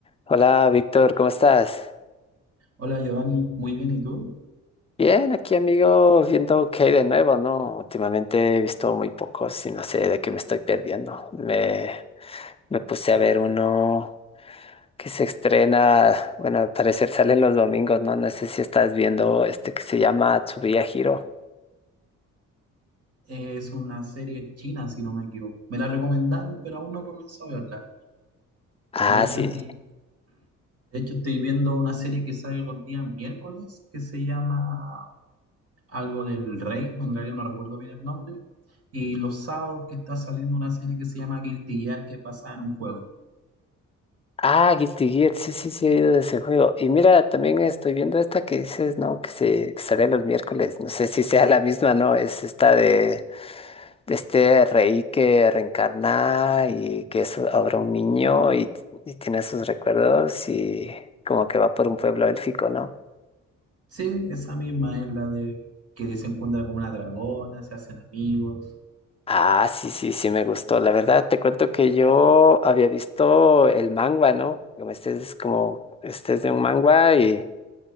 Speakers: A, on the left; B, on the right.
A: Hola, Víctor, ¿cómo estás?
B: Hola Giovanni, muy bien, ¿y tú?
A: Bien, aquí amigo, viendo qué hay de nuevo, ¿no? Últimamente he visto muy pocos y no sé de qué me estoy perdiendo. Me, me puse a ver uno que se estrena, bueno, al parecer salen los domingos, ¿no? No sé si estás viendo este que se llama Tsubuya Hero.
B: Es una serie china, si no me equivoco. Me la recomendaron, pero aún no comienzo a verla.
A: Ah,
B: De hecho,
A: sí.
B: estoy, de hecho, estoy viendo una serie que sale los días miércoles, que se llama algo del rey, en realidad no recuerdo bien el nombre. Y los sábados que está saliendo una serie que se llama Guilty Gear, que es basada en un juego.
A: Ah, Guilty Gear, sí, sí, sí, he oído de ese juego. Y mira, también estoy viendo esta que dices, ¿no? Que se que sale los miércoles. No sé si sea la misma, ¿no? Es esta de... este rey que reencarna y que es ahora un niño y, y tiene sus recuerdos y como que va por un pueblo élfico, ¿no?
B: Sí, esa misma es la de que se encuentra con una dragona, se hacen amigos.
A: Ah, sí, sí, sí, me gustó. La verdad, te cuento que yo había visto el manga, ¿no? Como este es como, este es de un manga y,